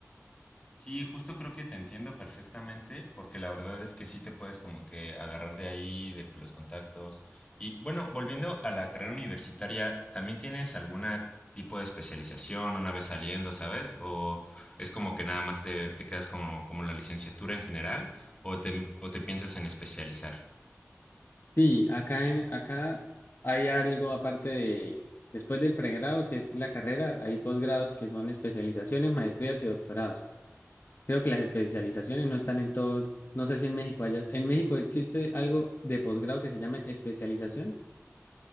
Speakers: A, on the left; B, on the left.
A: Sí, justo creo que te entiendo perfectamente, porque la verdad es que sí te puedes como que agarrar de ahí, de los contactos. Y bueno, volviendo a la carrera universitaria, ¿también tienes alguna tipo de especialización una vez saliendo, sabes? ¿O es como que nada más te, te quedas como, como la licenciatura en general? ¿O te, o te piensas en especializar?
B: Sí, acá, en, acá hay algo aparte de, después del pregrado, que es la carrera, hay posgrados que son especializaciones, maestrías y doctorados. Creo que las especializaciones no están en todos, no sé si en México haya, ¿en México existe algo de posgrado que se llame especialización?